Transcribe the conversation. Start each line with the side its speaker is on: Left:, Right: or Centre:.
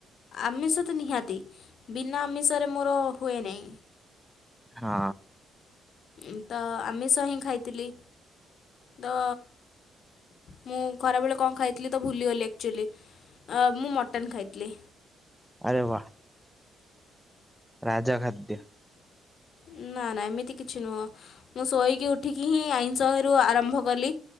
Left: ଆମିଷ ତ ନିହାତି ବିନା ଆମିଷରେ ମୋର ହୁଏ ନାଇ।
Centre: ହଁ।
Left: ଉଁ, ତ ଆମିଷ ହିଁ ଖାଇଥିଲି। ତ ମୁଁ ଖରାବେଳେ କଣ ଖାଇଥିଲି ତ ଭୁଲିଗଲି ଏକ୍ଚୁଲି। ଅ, ମୁଁ ମଟନ୍ ଖାଇଥିଲି।
Centre: ଆରେ ବାଃ। ରାଜା ଖାଦ୍ୟ।
Left: ନା। ନା ନା ଏମିତି କିଛି ନୁହଁ। ମୁଁ ଶୋଇକି ଉଠିକି ହିଁ ଆଇଁଷରୁ ଆରମ୍ଭ କଲି।